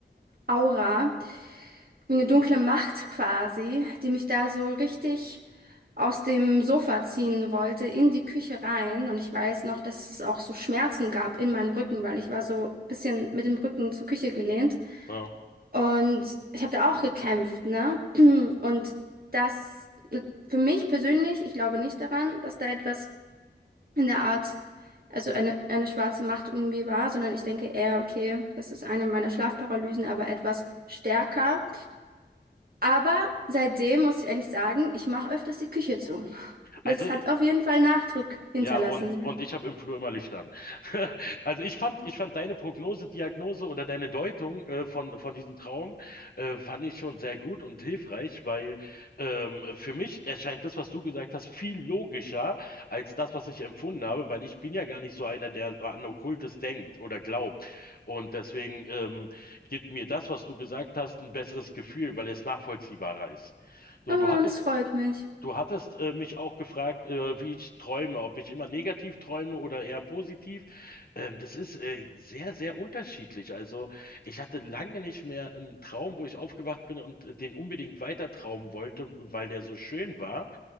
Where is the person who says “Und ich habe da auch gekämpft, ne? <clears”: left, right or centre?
Right